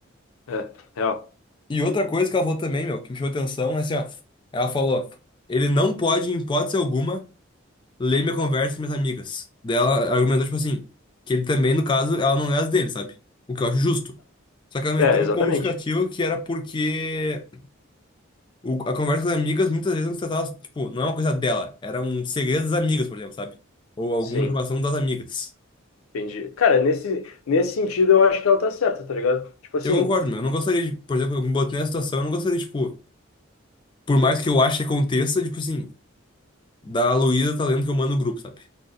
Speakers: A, on the left (about 85°); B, on the left (about 25°).
A: É, real.
B: E outra coisa que ela falou também, meu, que me chamou atenção, é assim, ó. Ela falou, ele não pode, em hipótese alguma, ler minha conversa com minhas amigas. Daí ela argumentou, tipo assim, que ele também, no caso, ela não lê as dele, sabe? O que eu acho justo. Só que ela meteu
A: É, exatamente.
B: como justificativa que era porque o- a conversa com as amigas muitas vezes não se tratava, tipo, não é uma coisa dela, era um segredo das amigas, por exemplo, sabe? Ou alguma
A: Sim,
B: informação das amigas.
A: entendi. Cara, nesse, nesse sentido eu acho que ela tá certa, tá ligado? Tipo assim,
B: Eu concordo, meu. Eu não gostaria de, por exemplo, eu me botei nessa situação, eu não gostaria, tipo, por mais que eu ache que aconteça, tipo assim. da Luísa tá lendo que eu mando o grupo, sabe?